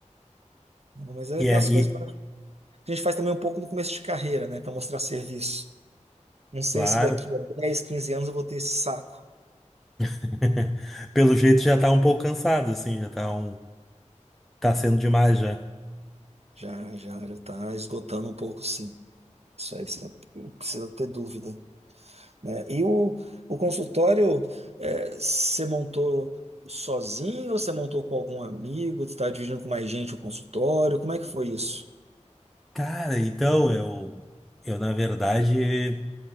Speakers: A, on the right; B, in the centre.
A: Mas é
B: E
A: aquelas
B: é,
A: coisas
B: e,
A: que a gente faz também um pouco no começo de carreira, né? Para mostrar serviço. Não sei
B: claro.
A: se daqui a 10, 15 anos eu vou ter esse saco.
B: <laughs> Pelo jeito já tá um pouco cansado, assim, já tá um... tá sendo demais já.
A: Já, já, já tá esgotando um pouco, sim. Isso aí, você não precisa ter dúvida. né? E o, o consultório, eh, você montou sozinho ou você montou com algum amigo? Você está dividindo com mais gente o consultório? Como é que foi isso?
B: Cara, então eu, eu na verdade,